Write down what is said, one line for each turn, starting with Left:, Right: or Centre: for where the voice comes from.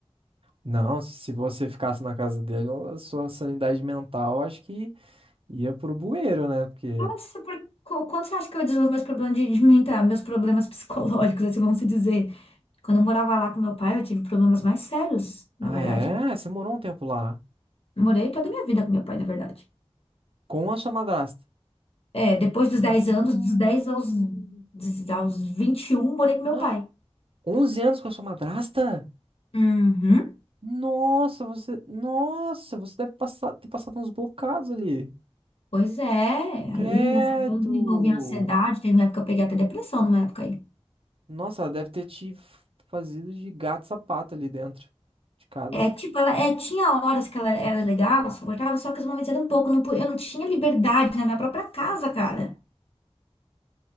Right: Não, se você ficasse na casa dele, a sua sanidade mental acho que ia pro bueiro, né? Porque.
Left: Então, isso é por- qu- Quando você acha que eu desenvolvo meus problemas de, de mental, meus problemas psicológicos, assim, vamos se dizer? Quando eu morava lá com meu pai, eu tive problemas mais sérios, na
Right: Ah,
Left: verdade.
Right: é? Você morou um tempo lá.
Left: Morei toda a minha vida com meu pai, na verdade.
Right: Com a sua madrasta.
Left: É, depois dos
Right: Hum...
Left: 10 anos, dos 10 aos,
Right: <gasps>
Left: dos- aos 21 morei com
Right: Ah,
Left: meu pai.
Right: 11 anos com a sua madrasta?
Left: Uhum.
Right: Nossa, você. Nossa, você deve passar... ter passado uns bocados ali.
Left: Pois é,
Right: Credo!
Left: aí nessa época eu desenvolvi ansiedade, teve uma época que eu peguei até depressão numa época aí.
Right: Nossa, ela deve ter te fazido de gato e sapato ali dentro de casa.
Left: É, tipo, ela é, tinha horas que ela era legal, suportável, só que os momentos eram pouco, eu não, pu- eu não tinha liberdade na minha própria casa, cara.